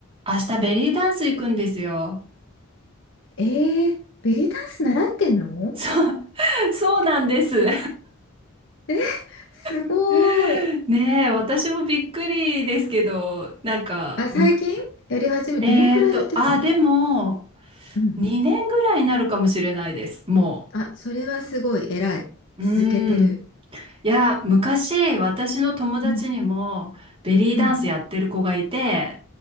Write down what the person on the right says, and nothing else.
明日ベリーダンス行くんですよ。
そう、<laughs> そうなんです。
<laughs> ねえ、私もびっくりですけど、なんか、
むく、えーと、
あ、でも、
2年ぐらいになるかもしれないです、も
う。
うーん。いや、昔、私の友達にも、
ベリーダンスやってる子がいて、